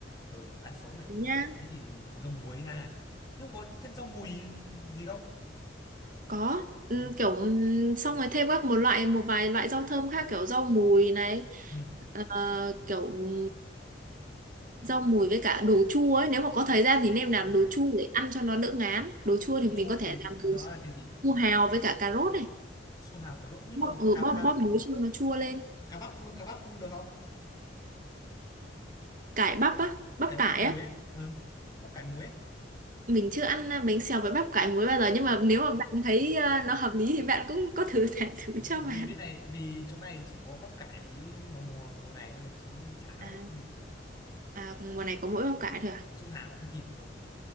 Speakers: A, on the left (about 20°); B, on the right (about 45°).
A: ừ ăn sống phải ngu-
B: nhá
A: tí thì ngâm muối ra nhưng có thêm rau mùi gì không
B: có ừ,
A: ừ.
B: kiểu ừm, xong rồi thêm các một loại một vài loại rau thơm khác kiểu rau mùi này
A: ừ.
B: ờ, kiểu ừ, rau mùi với cả đồ chua ấy nếu mà có thời gian thì nên làm
A: à
B: đồ chua để ăn cho nó đỡ ngán đồ chua
A: rau
B: thì mình
A: chua
B: có thể
A: thì
B: làm
A: nó
B: từ
A: là cái gì
B: su hào với cả cà rốt này
A: su hào quả lốt nhưng
B: bóp
A: mà
B: ừ,
A: cá
B: bóp
A: cá
B: bóp muối cho nó chua lên
A: cá bắp cá bắp được không
B: cải bắp á bắp
A: cái bắp
B: cải
A: muối
B: á
A: ấy. Ừ, bắp cải muối ấy.
B: mình chưa ăn à, bánh xèo với bắp cải muối bao giờ nhưng mà nếu mà bạn thấy à, nó hợp lý thì bạn cũng có thử <laughs> thả thử
A: Ừ,
B: cho bạn
A: vì bên này vì chỗ này chỉ có bắp cải vào mùa mùa này thôi chứ chả
B: à,
A: có cái gì
B: à mùa này có mỗi bắp cải thôi à
A: su hào không tìm được đâu